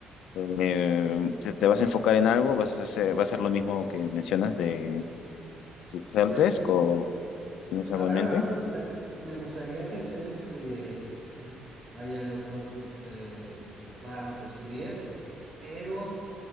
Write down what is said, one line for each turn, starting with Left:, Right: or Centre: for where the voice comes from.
Left: em, ¿te, te vas a enfocar en algo? ¿Vas a hacer, va a ser lo mismo que mencionas de de helpdesk
Right: Pues
Left: o
Right: La,
Left: tienes
Right: la
Left: algo
Right: mera
Left: en mente?
Right: verdad me gusta, me gustaría ejercer este, <laughs> vaya, lo, lo- lo, eh, para lo que estudié, pero,